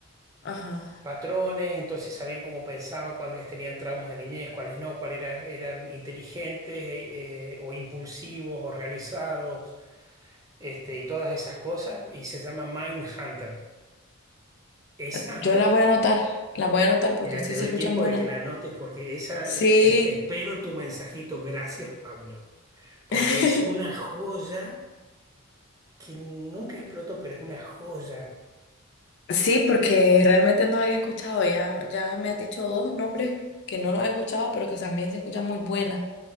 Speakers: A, on the left (about 50°); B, on the right (about 15°).
A: Ajá.
B: patrones, entonces sabían cómo pensaban, cuáles tenían traumas de niñez, cuáles no, cuáles era- eran inteligentes eh, eh, o impulsivos, organizados, este, y todas esas cosas, y se llama Mindhunter. Esa
A: Yo las voy a anotar, las voy a anotar porque
B: Mira,
A: sí
B: te doy
A: se escuchan
B: tiempo
A: buenas.
B: de que la anotes porque esa, eh,
A: Sí.
B: eh, espero tu mensajito. Gracias, Pablo, porque
A: <laughs>
B: es una joya que nunca explotó, pero es una joya.
A: Sí, porque realmente no la había escuchado. Ya, ya me has dicho dos nombres que no los he escuchado, pero que también se escuchan muy buenas.